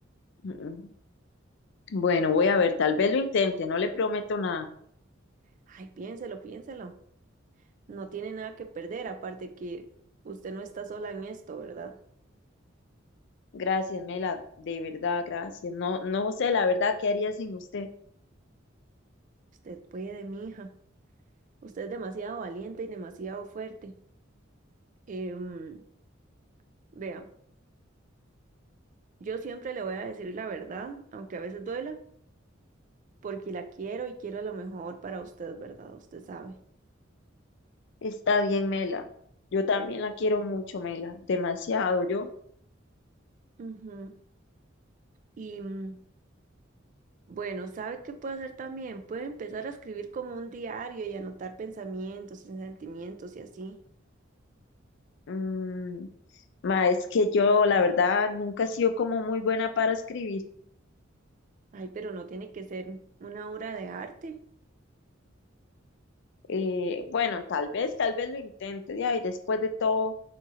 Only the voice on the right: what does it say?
Ay, piénselo, piénselo. No tiene nada que perder, aparte que usted no está sola en esto, ¿verdad?
Usted puede, mija. Usted es demasiado valiente y demasiado fuerte. Em, vea, yo siempre le voy a decir la verdad, aunque a veces duela, porque la quiero y quiero lo mejor para usted, ¿verdad? Usted sabe.
Ujú. Y mm, Bueno, ¿sabe qué puede hacer también? Puede empezar a escribir como un diario y anotar pensamientos y sentimientos y así.
Ay, pero no tiene que ser una obra de arte.